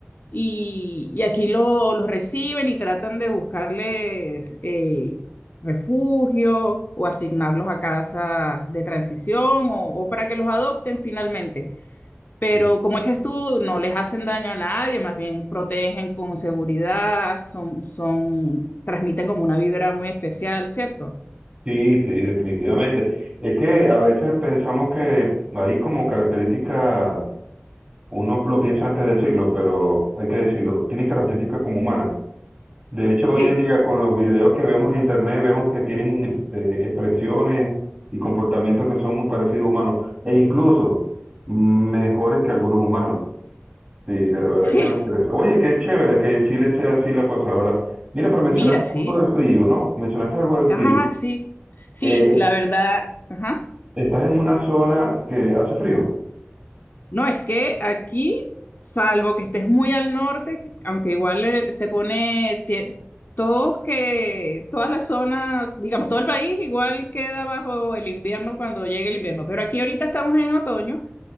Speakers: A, on the left; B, on the right.
A: y, y aquí lo- los reciben y tratan de buscarles eh, refugio o asignarlos a casas de transición o, o para que los adopten finalmente. Pero
B: Sí,
A: como dices tú, no les hacen daño a nadie, más bien protegen con seguridad, son, son, transmiten como una vibra muy especial, ¿cierto?
B: sí, sí, definitivamente. Es que a veces pensamos que hay como características, uno lo piensa antes de decirlo, pero hay que decirlo, tienen características como humanas. De hecho, hoy
A: Sí,
B: en día con los videos que vemos en internet, vemos que tienen eh, expresiones y comportamientos que son muy parecidos a humanos, e incluso mm, mejores que algunos humanos. Sí, de verdad
A: sí,
B: que me interesa. Oye, qué chévere que en Chile sea así la cosa, ¿verdad? Mira, pero mencionaste
A: mira, sí.
B: algo de frío, ¿no? Mencionaste algo de
A: Ajá,
B: frío.
A: sí. Sí,
B: Eh,
A: la verdad, ajá.
B: ¿estás en una zona que hace frío?
A: No, es que aquí, salvo que estés muy al norte, aunque igual eh, se pone, tie- todos que, toda la zona, digamos, todo el país igual queda bajo el invierno cuando llegue el invierno, pero aquí ahorita estamos en otoño.